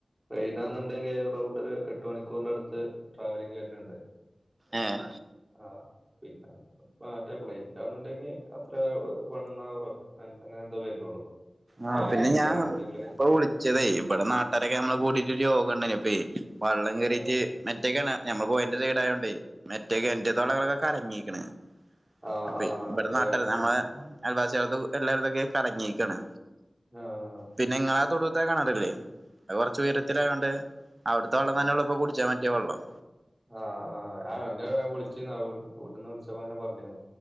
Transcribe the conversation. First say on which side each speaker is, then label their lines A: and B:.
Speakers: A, on the right; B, on the right.
A: <unintelligible> ഒരു എട്ട് മണിക്കൂറിന്റെടുത്ത് ട്രാവലിംഗ് തന്നെയുണ്ട്
B: ഏഹ്
A: ആ പിന്നെ മറ്റേ ഫ്ലൈറ്റ് ആറ്റന്നുണ്ടെങ്കിൽ അത്ര വൺ അവറോ അങ്ങനെ എന്താ വരുന്നുള്ളൂ
B: ആ
A: കാലിക്കറ്റ്
B: പിന്നെ ഞാൻ
A: കയറുകയാണെന്നുണ്ടെങ്കിലൊക്കെ
B: ഇപ്പൊ വിളിച്ചതേ ഇവിടെ നാട്ടുകാരൊക്കെ നമ്മള് കൂടിട്ട് രോഗ ഉണ്ട വള്ളം കേറിട്ട്
A: ആ
B: മറ്റേക്കാണ ഞമ്മൾ പോയന്റെ സയിടായോണ്ടോ മറ്റേക്കെ എറ്റ തോളകളൊക്കെ കലങ്ങിരിക്കണ്
A: ആ
B: അപ്പ
A: ആ,
B: ഇവിടെത്തെ
A: ശരിയാണ്
B: നാട്ട
A: ശരിയാണ്
B: നമ്മള അൽവാസ ചെലത്തുക്കെ കലങ്ങിരിക്കാണ്
A: ആ ആ
B: പിന്നെ നിങ്ങളാ തൊടു ഇപ്പ കാണാറില്ലേ ആ കൊറച്ച് ഉയരത്തിലയോണ്ട് അവിടുത്തെ വെള്ളം തന്നെ ഉള്ളപ്പൊ കുടിച്ചാ പറ്റിയ വെള്ളം
A: ആ ആ വിന്റെ വിളിച്ചിന്ന് വീട്ടിന്ന് വിളിച്ചപ്പ അങ്ങനെ പറഞ്ഞില്ലന്നു